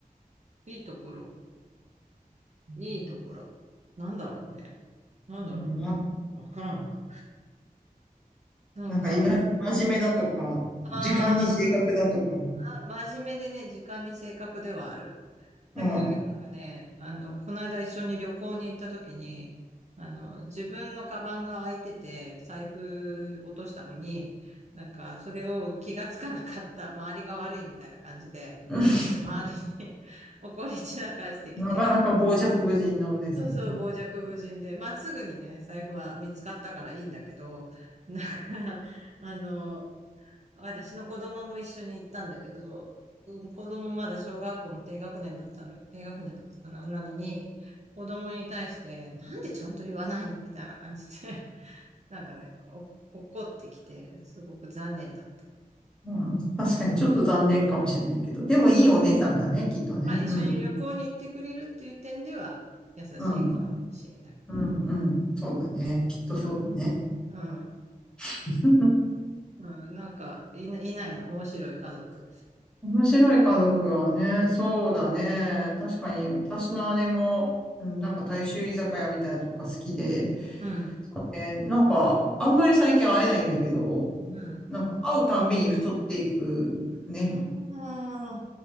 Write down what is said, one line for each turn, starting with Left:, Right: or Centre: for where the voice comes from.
Right: いいところ、いいところ。なんだろうね。なんだろうね。
Centre: うん、な
Right: わからんな。なんか、
Centre: なんか意外に真面目だとか、時間に正確だとか、
Right: あーあ、真面目でね、時間に正確ではある。だけどね、
Centre: うん。
Right: なんかね、あの、この間一緒に旅行に行った時に、あの、自分のカバンが開いてて、財布落としたのに、なんか、それを気がつかなかった周りが悪いみたいな感じで、
Centre: <laughs>
Right: めちゃくちゃ周りに <laughs> 怒り散らかしてきて、
Centre: なかなか傍若無人なお姉さん。
Right: そうそう、傍若無人で、まあ、すぐにね、財布は見つかったからいいんだけど、なんか、あの、私の子供も一緒に行ったんだけど、うん子供まだ小学校の低学年だったの、低学年だったかな、なのに、子供に対して、なんでちゃんと言わないのみたいな感じで、<laughs> なんかね、お怒ってきて、すごく残念だっ
Centre: うん、確かにちょっと残念かもしれないけど、でもいいお姉さんだね、
Right: た。うん。ま
Centre: きっとね。
Right: あ、一緒に旅行に行ってくれるっていう点では、
Centre: うん
Right: 優しいかもしれない。
Centre: うん。うん。うんうん。
Right: そうそ
Centre: そうだね。きっとそうだね。
Right: う。うん、
Centre: <laughs>
Right: うん、うん。なんか、いな、いないの、面白い家族。
Centre: 面白い家族はね、そうだね。確かに私の姉も、うん、なんか大衆居酒屋みたいなとこが好きで、
Right: うん、
Centre: えーなんかあんまり最近会えないんだけど、
Right: うん。
Centre: なんか会うたんびに太っていくね。
Right: あ